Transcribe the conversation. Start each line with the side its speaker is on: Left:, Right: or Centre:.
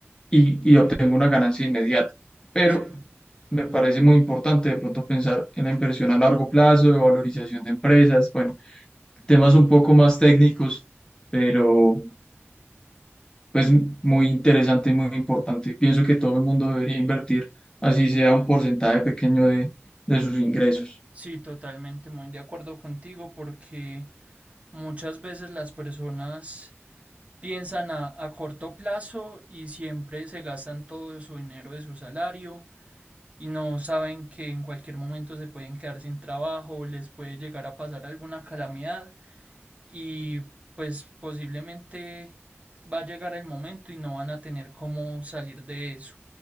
Left: y, y obtengo una ganancia inmediata. Pero
Right: Sí,
Left: me parece muy importante de pronto pensar en la inversión a largo plazo, de valorización de empresas, bueno, temas un poco más técnicos, pero pues muy interesante y muy importante. Pienso que todo el mundo debería invertir, así sea un porcentaje pequeño de, de sus ingresos.
Right: sí, totalmente muy de acuerdo contigo porque... Muchas veces las personas piensan a, a corto plazo y siempre se gastan todo su dinero de su salario y no saben que en cualquier momento se pueden quedar sin trabajo, les puede llegar a pasar alguna calamidad y pues posiblemente va a llegar el momento y no van a tener cómo salir de eso.